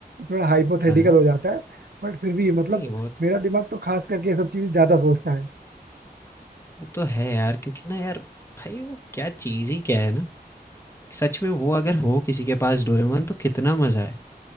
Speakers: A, on the right; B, on the left.
A: थोड़ा हाइपोथेटिकल
B: हाँ,
A: हो जाता है बट फिर भी मतलब
B: नहीं वो
A: मेरा दिमाग तो खास करके ये सब चीजें ज्यादा सोचता है
B: वो तो है यार क्योंकि ना यार भाई वो क्या चीज़ ही क्या है ना, सच में वो अगर हो किसी के पास डोरेमोन तो कितना मज़ा है,